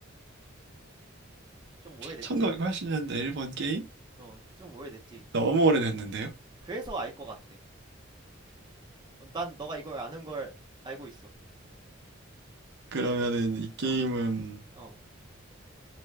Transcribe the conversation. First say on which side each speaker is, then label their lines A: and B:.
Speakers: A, on the right; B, on the right.
A: 좀 오래됐지?
B: 1980년대 일본 게임?
A: 어, 좀 오래됐지.
B: 너무 오래됐는데요?
A: 그래서 알 것 같아. 어, 난 너가 이걸 아는 걸 알고 있어.
B: 그러면은 이 게임은
A: 어, 어.